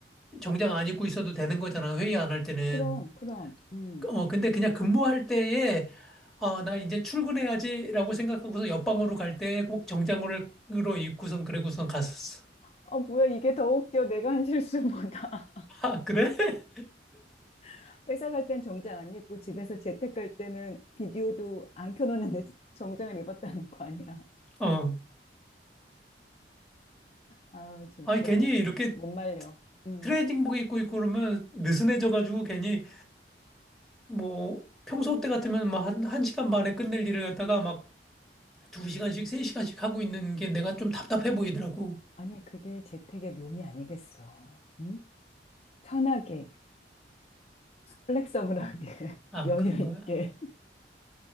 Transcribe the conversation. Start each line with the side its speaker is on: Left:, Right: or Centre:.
Centre: 정장 안 입고 있어도 되는 거잖아, 회의 안 할 때는.
Left: 그럼, 그럼, 음.
Centre: 어, 근데 그냥 근무할 때에, 아, 나 이제 출근해야지라고 생각하고서 옆방으로 갈 때 꼭 정장으로 입고선 그러고선 갔었어.
Left: 어, 뭐야, 이게 더 웃겨. 내가 한 실수보다.
Centre: 아, 그래? <laughs>
Left: <laughs> 회사 갈 땐 정장 안 입고 집에서 재택 갈 때는 비디오도 안 켜놓는데 <laughs> 정장을 입었다는 거 아니야.
Centre: 어.
Left: 아, 진짜.
Centre: 아, 괜히 이렇게
Left: 못 말려. 음.
Centre: 트레이딩복 입고 있고 그러면 느슨해져가지고 괜히 뭐 평소 때 같으면 막 한, 한 시간 반에 끝낼 일을 갖다가 막 두 시간씩, 세 시간씩 하고 있는 게 내가 좀 답답해 보이더라고.
Left: 아니, 그게 재택의 묘미 아니겠어. 응? 편하게. 플렉서블하게, <laughs>
Centre: 아,
Left: 여유
Centre: 그런가?
Left: 있게.